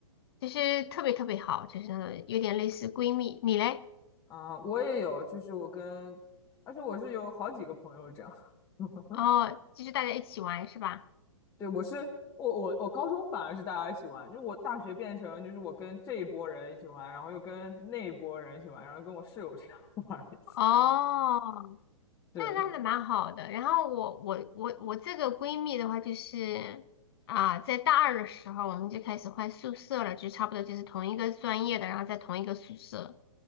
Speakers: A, on the left; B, on the left.
A: 就是特别特别好，就是那种有点类似闺蜜。你嘞？
B: 啊、我也有，就是我跟，而且我是有好几个朋友这样。<laughs>
A: 哦，就是大家一起玩是吧？
B: 对，我是我我我高中反而是大家一起玩，就是我大学变成就是我跟这一波人一起玩，然后又跟那一波人一起玩，然后跟我室友这样 <laughs> 玩儿一起
A: 哦，
B: 对，
A: 那那还蛮好的。然后我我我我这个闺蜜的话，就是啊，在大二的时候我们就开始换宿舍了，就差不多就是同一个专业的，然后在同一个宿舍